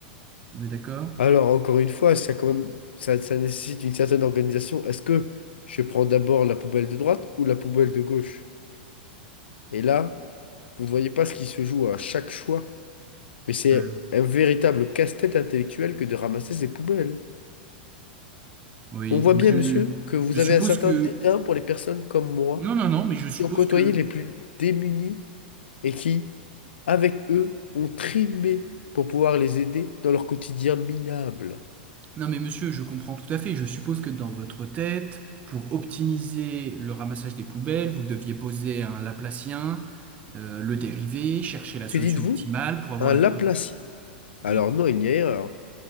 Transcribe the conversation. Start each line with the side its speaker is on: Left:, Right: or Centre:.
Right: On est d'accord?
Left: Alors, encore une fois, ça, quand même, ça, ça nécessite une certaine organisation. Est-ce que je prends d'abord la poubelle de droite ou la poubelle de gauche? Et là, vous ne voyez pas ce qui se joue à chaque choix, mais c'est
Right: Voilà.
Left: un véritable casse-tête intellectuel que de ramasser ces poubelles.
Right: Oui,
Left: On voit
Right: donc
Left: bien,
Right: je,
Left: monsieur, que vous
Right: je suppose
Left: avez un certain
Right: que...
Left: dédain pour les personnes comme moi,
Right: Non, non, non, mais je suppose
Left: qui ont côtoyé
Right: que...
Left: les plus démunis et qui, avec eux, ont trimé pour pouvoir les aider dans leur quotidien minable.
Right: Non mais monsieur, je comprends tout à fait. Je suppose que dans votre tête, pour optimiser le ramassage des poubelles, vous deviez poser un Laplacien, euh, le dériver, chercher la solution
Left: Que dites-vous?
Right: optimale pour avoir
Left: Un
Right: la...
Left: laplacien
Right: tr-
Left: Alors
Right: Oui.
Left: non, il n'y a erreur.